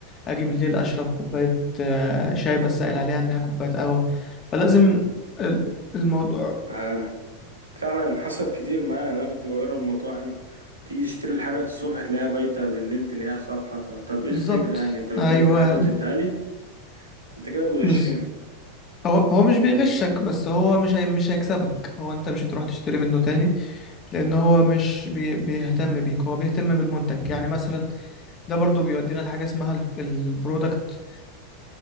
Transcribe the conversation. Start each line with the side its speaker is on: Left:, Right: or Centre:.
Left: اجي بالليل اشرب كوباية آه، شاي بس سائل عليها ان هي كوباية قهوة فلازم ال- الموضوع
Right: <laughs> فعلا حصلت كتير معايا انا كنت بجرب مطاعم تيجي تشتري الحاجة الصبح تلاقيها بايتة بالليل تلاقيها صبحة فطب ايه
Left: بالظبط
Right: الفكرة يعني انت بتبيت
Left: ايوه
Right: الحاجة وتديها لي انت كده بتغشني
Left: بز... هو هو مش بيغشك بس هو مش هي مش هيكسبك هو انت مش هتروح تشتري منه تاني لان هو مش بي بيهتم بيك هو بيهتم بالمنتج يعني مثلا ده برضو بيودينا لحاجة اسمها البرودكت